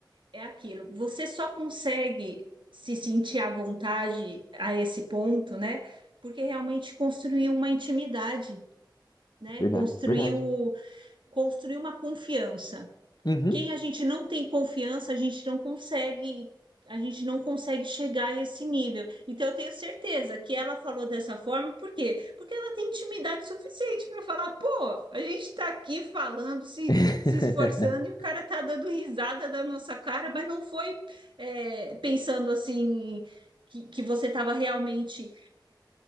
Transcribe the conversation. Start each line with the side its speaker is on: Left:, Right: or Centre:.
Right: é aquilo, você só consegue se sentir à vontade a esse ponto, né? Porque realmente construiu uma intimidade, né?
Left: Verdade,
Right: Construiu,
Left: verdade.
Right: construiu uma confiança.
Left: Uhum.
Right: Quem a gente não tem confiança, a gente não consegue, a gente não consegue chegar a esse nível. Então eu tenho certeza que ela falou dessa forma, por quê? Porque ela tem intimidade suficiente para falar, pô, a gente está aqui falando, se,
Left: <laughs>
Right: se esforçando, e o cara tá dando risada da nossa cara, mas não foi é, pensando assim que, que você estava realmente